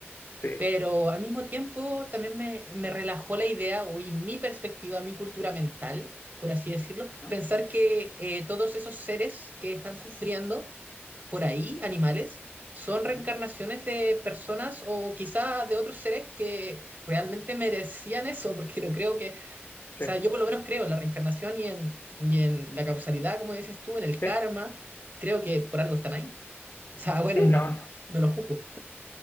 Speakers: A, on the left; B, on the right.
A: Sí.
B: Pero al mismo tiempo también me, me relajó la idea, o y mi perspectiva, mi cultura mental, por así decirlo,
A: ¿no?
B: pensar que eh, todos esos seres que están sufriendo por ahí, animales, son reencarnaciones
A: Ujú.
B: de personas o quizás de otros seres que realmente merecían eso, porque lo creo que, o
A: Sí.
B: sea, yo por lo menos creo en la reencarnación y en, y en la causalidad, como dices tú, en el
A: Sí.
B: karma, creo que por algo están ahí. O sea, bueno,
A: Sí,
B: no,
A: no, no.
B: no lo juzgo.